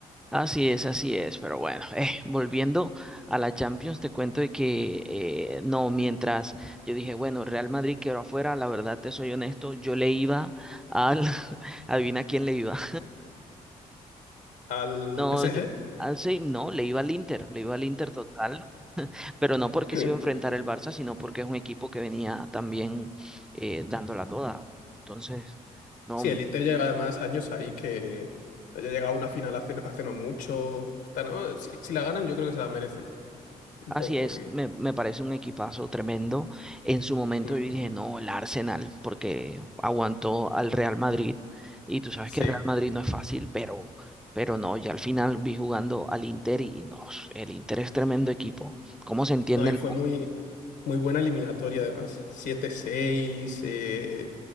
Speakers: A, in the centre; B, on the left.
A: Así es, así es, pero bueno, eh, volviendo a la Champions, te cuento de que eh, no, mientras yo dije, bueno, Real Madrid quedó afuera, la verdad te soy honesto, yo le iba al, <laughs> adivina quién le iba.
B: Al
A: No,
B: PSG.
A: yo, ah, sí, no, le iba al Inter, le iba al Inter total, pero no porque
B: <laughs>
A: se iba a enfrentar el Barça, sino porque es un equipo que venía también eh, dándola toda. Entonces, no,
B: Sí, el Inter lleva además años ahí que haya llegado a una final hace, hace no mucho. Está- no, si, si la ganan, yo creo que se la merecen. Un
A: así
B: poco,
A: es,
B: porque.
A: me, me parece un equipazo tremendo. En su momento
B: mm,
A: yo dije, no, el Arsenal, porque aguantó al Real Madrid, y tú sabes
B: sí.
A: que el Real Madrid no es fácil, pero, pero no, ya al final vi jugando al Inter y no, el Inter es tremendo equipo. ¿Cómo se entiende
B: No, y
A: el
B: fue muy, muy buena eliminatoria, además. siete seis eh,